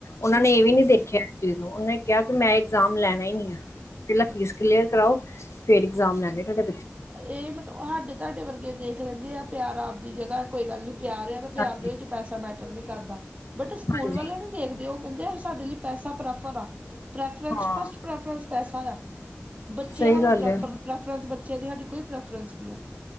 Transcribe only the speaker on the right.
ਹੂੰ
ਏ ਮਤਲਬ ਹਾਡੇ ਤੂਆਡੇ ਵਰਗੇ ਦੇਖ ਲੈਂਦੇ ਆ ਪਿਆਰ ਆਪਦੀ ਜਗਾ। ਕੋਈ ਗੱਲ ਨੀ ਪਿਆਰ ਆ ਤੇ, ਪਿਆਰ
ਦੇ ਵਿਚ ਪੈਸਾ ਮੈਟਰ ਨੀ ਕਰਦਾ। ਬਟ ਏ ਸਕੂਲ
ਵਾਲੇ ਨੇ ਦੇਖਦੇ ਉਹ ਕਹਿੰਦੇ ਸਾਡੇ ਲਈ ਪੈਸਾ ਪ੍ਰੈਫਰ ਆ। ਪ੍ਰੈਫਰਸ
ਫਸਟ ਪ੍ਰੈਫਰੈਂਸ ਪੈਸਾ ਆ ਬੱਚਿਆਂ
ਨੂੰ
ਪ੍ਰੈ
ਪ੍ਰੈਫਰੈਂਸ ਬੱਚਿਆਂ ਦੀ ਸਾਡੀ ਕੋਈ ਪ੍ਰੈਫਰੈਂਸ ਨਹੀਂ ਆ?